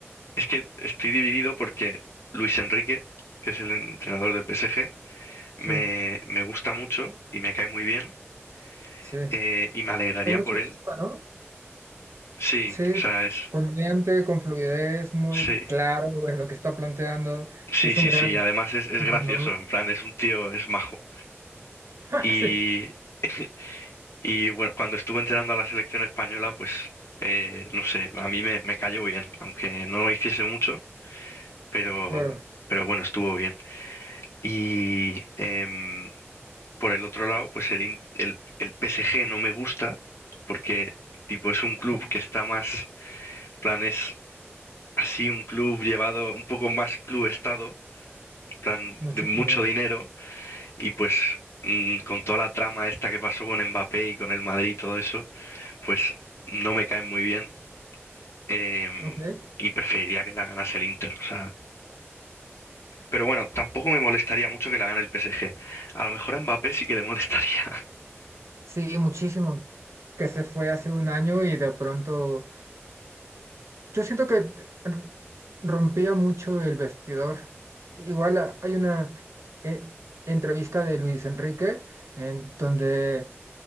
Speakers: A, on the left (about 65°); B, on the right (about 80°).
A: es que estoy dividido porque Luis Enrique, que es el entrenador del PSG, me,
B: Sí,
A: me gusta mucho y me cae muy bien
B: sí.
A: eh, y me alegraría
B: Con mucha
A: por él.
B: chispa, ¿no?
A: Sí,
B: Sí,
A: o sea, es...
B: con mente, con fluidez, muy
A: Sí,
B: claro en lo que está planteando.
A: sí,
B: Sí, es
A: sí,
B: un gran
A: sí. Además es, es
B: entrenador.
A: gracioso, en plan, es un tío, es majo.
B: <laughs>
A: Y,
B: Sí,
A: <laughs> y bueno, cuando estuve entrenando a la selección española, pues, eh, no sé, a mí me, me cayó bien, aunque no hiciese mucho. pero,
B: claro,
A: pero bueno, estuvo bien. Y em, por el otro lado, pues el, In- el, el PSG no me gusta porque tipo es un club
B: con-
A: que está más, plan, es así un club llevado un poco más club estado, plan,
B: muchísimo.
A: de mucho dinero y pues mm, con toda la trama esta que pasó con Mbappé y con el Madrid y todo eso, pues no me caen muy bien. em,
B: Ok.
A: y preferiría que la ganase el Inter, o sea, Pero bueno, tampoco me molestaría mucho que la gane el PSG. A lo mejor a Mbappé sí que le molestaría.
B: Sí, muchísimo. Que se fue hace un año y de pronto. Yo siento que r- rompía mucho el vestidor. Igual a- hay una eh, entrevista de Luis Enrique en donde